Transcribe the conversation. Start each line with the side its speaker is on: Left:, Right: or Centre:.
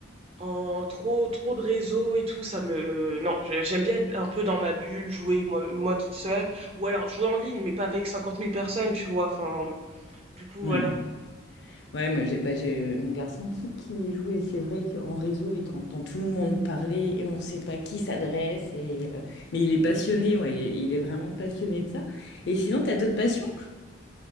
Right: En trop trop de réseaux et tout, ça me non, j'ai- j'aime bien être un peu dans ma bulle, jouer moi, moi toute seule, ou alors jouer en ligne, mais pas avec cinquante mille personnes, tu vois. Enfin, du coup
Left: Ouais,
Right: voilà.
Left: Ouais, moi j'ai bah, j'ai mon garçon qui, qui joue et c'est vrai qu'en réseau, et entend tout le monde parler et on ne sait pas qui s'adresse. Et, euh, mais il est passionné, ouais, il est, il est vraiment passionné de ça. Et sinon, t'as d'autres passions?